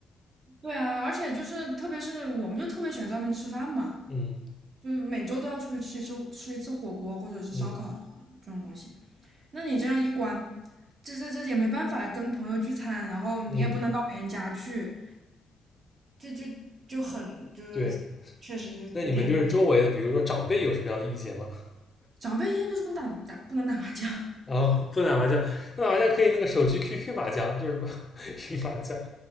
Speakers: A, on the right (about 50°); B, on the left (about 20°).
A: 对啊，而且就是特别是我们就特别喜欢在外面吃饭嘛，
B: 嗯
A: 就是每周都要出去吃一次吃一次火锅或者是烧烤这种这种东西。
B: 嗯
A: 那你这样一关，这这这也没办法跟朋友聚餐，然后你也不能到别人家去，
B: 嗯，
A: 这这就很就是确实有点憋。
B: 对，那你们就是周围的，比如说长辈有什么样的意见吗？<laughs>
A: 长辈宴就是不能打打不能打麻将，
B: 啊，不打麻将，不打麻将可以那个手机 QQ 麻将，就是什么 <laughs> 云麻将，